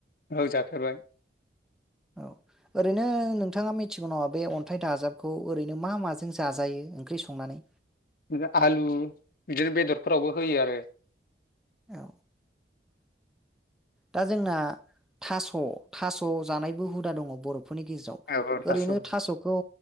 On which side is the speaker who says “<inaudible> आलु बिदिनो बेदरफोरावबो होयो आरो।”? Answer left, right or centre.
Left